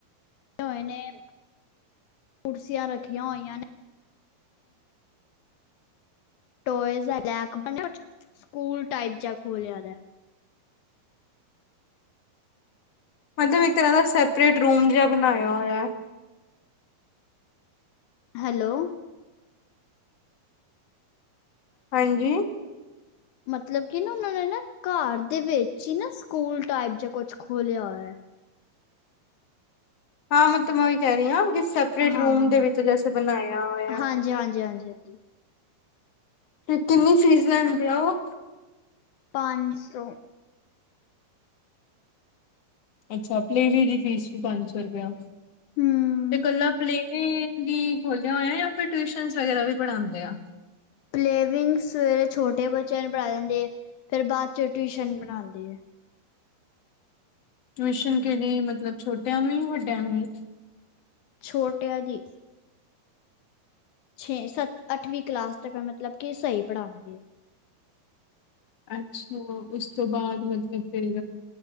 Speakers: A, on the left; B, on the left.
A: ਹੋਏ ਨੇ, ਕੁਰਸੀਆਂ ਰੱਖੀਆਂ ਹੋਈਆਂ ਨੇ ਟੋਇਜ਼ ਦਾ ਰੈਕ ਬਣਿਆ, ਔ ਦੇ ਚ ਸਕੂਲ ਟਾਈਪ ਜਾ ਖੋਲਿਆ ਦਾ
B: ਮਤਲਬ ਇੱਕ ਤਰ੍ਹਾਂ ਦਾ ਸੈਪਰੇਟ ਰੂਮ ਜਿਹਾ ਬਣਾਇਆ ਹੋਇਆ।
A: ਹੈਲੋ
B: ਹਾਂਜੀ
A: ਮਤਲਬ ਕੀ ਨਾ ਉਹਨਾਂ ਨੇ ਨਾ ਘਾਰ ਦੇ ਵਿੱਚ ਹੀ ਨਾ, ਸਕੂਲ ਟਾਈਪ ਜਾਂ ਕੁਛ ਖੋਲਿਆ ਹੋਇਆ ਹੈ
B: ਹਾਂ, ਮੈਂ ਤਾ ਮੈਂ ਓਇ ਕਹ ਰਹੀ ਆਂ ਕੀ ਸੇਪਰੇਟ
A: ਹਾਂ
B: ਰੂਮ
A: ਹਾਂ
B: ਦੇ
A: ਹਾਂ
B: ਵਿੱਚ, ਜੈਸੇ ਬਣਾਇਆ ਹੋਇਆ
A: ਹਾਂਜੀ ਹਾਂਜੀ ਹਾਂਜੀ ਹਾਂਜੀ
B: ਤੇ ਕਿੰਨੀ ਫੀਸ ਲੈਣਦੇ ਉਹ
A: ਪੰਜ ਸੌ
B: ਅੱਛਾ ਪਲੇਵੀ ਦੀ ਫੀਸ ਵੀ ਪੰਜ ਸੌ ਰੁਪਇਆ,
A: ਹੂੰ
B: ਤੇ ਇਕੱਲਾ ਪਲੇਵੀ ਕੀਂ ਖੋਲਿਆ ਹੋਇਆ, ਫਿਰ ਟਿਊਸ਼ਨ ਵਗੈਰਾ ਵੀ ਪੜਾਉਂਦੇ ਆ
A: ਪਲੇਵਿੰਗ ਸਵੇਰੇ ਛੋਟੇ ਬੱਚਿਆਂ ਨੂੰ ਪੜ੍ਹਾ ਦਿੰਦੇ ਹੈ। ਫੇਰ ਬਾਦ ਚ ਟਿਊਸ਼ਨ ਪਰਾਂਦੀ ਐ
B: ਟਿਊਸ਼ਨ ਕਿਹੜੀ, ਮਤਲਬ ਛੋਟਿਆਂ ਨੂੰ ਹੀ, ਵੱਡਿਆਂ ਨੂੰ ਹੀ
A: ਛੋਟਿਆਂ ਦੀ ਛੇ ਸੱਤ ਅੱਠਵੀਂ ਕਲਾਸ ਤੱਕ, ਮਤਲਬ ਕਿ ਸਹੀ ਪੜਾਉਂਦੀ
B: ਅੱਛਾ, ਉਸ ਤੋਂ ਬਾਅਦ ਮਤਲਬ ਫੇਰ